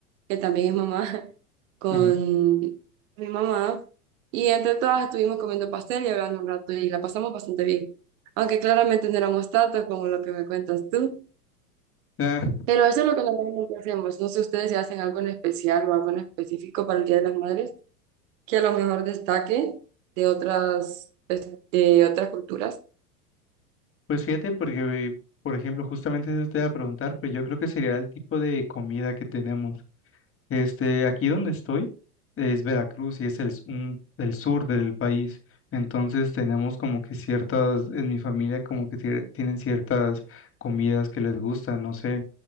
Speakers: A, on the right (about 60°); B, on the left (about 30°).
A: que también es mamá, <laughs> con
B: ujú.
A: mi mamá. Y entre todas estuvimos comiendo pastel y hablando un rato y la pasamos bastante bien. Aunque claramente no éramos tantos como lo que me cuentas tú.
B: Ah,
A: Pero eso es lo que normalmente hacemos. No sé ustedes si hacen algo en especial o algo en específico para el Día de las Madres que a lo mejor destaque de otras, pues, de otras culturas.
B: pues fíjate, porque, por ejemplo, justamente eso te iba a preguntar, pero yo creo que sería el tipo de comida que tenemos. Este, aquí donde estoy es Veracruz y es el, s- un- el sur del país. Entonces tenemos como que ciertas, en mi familia como que tie- tienen ciertas comidas que les gustan, no sé.